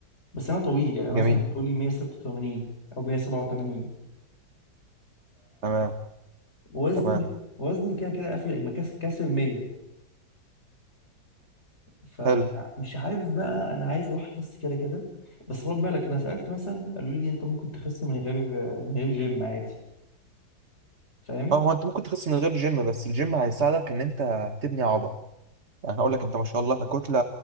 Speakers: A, on the left; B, on the right.
A: بس انا طويل يعني مثلا
B: جميل
A: طولي 186 او 187
B: تمام
A: وزني
B: تمام
A: وزني كده كده قافل مكاسب كاسر 100 فمش
B: حلو
A: ع- مش عارف بقى انا عايز اروح اخس كده كده بس خد بالك انا سالت مثلا قالوا لي انت ممكن تخس من غير من غير جيم عادي فاهم
B: اه هو انت ممكن تخس من غير الجيم بس الجيم هيساعدك ان انت تبني عضل يعني هقول لك انت ما شاء الله ككتله